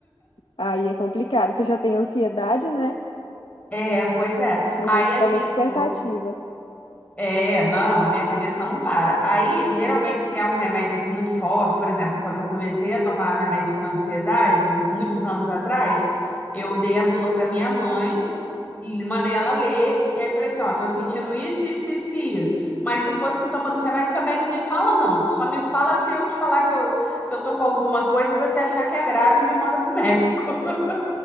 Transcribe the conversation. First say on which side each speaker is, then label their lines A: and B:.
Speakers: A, on the left; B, on the left.
A: aí é complicado. Você já tem ansiedade, né?
B: É, pois é.
A: A
B: Aí,
A: gente fica
B: assim.
A: muito
B: tipo,
A: pensativa.
B: É, não, a minha cabeça não para. Aí, geralmente, se é um remédio assim, muito forte, por exemplo, quando eu comecei a tomar remédio para ansiedade, muitos anos atrás, eu dei a bula para minha mãe e mandei ela ler. E aí falei assim: ó, tô sentindo isso, isso, isso, e isso. Mas se for sintoma do remédio, também não me fala, não. Só me fala se eu te falar que eu, que eu tô com alguma coisa e você achar que é grave e me manda pro médico. <laughs>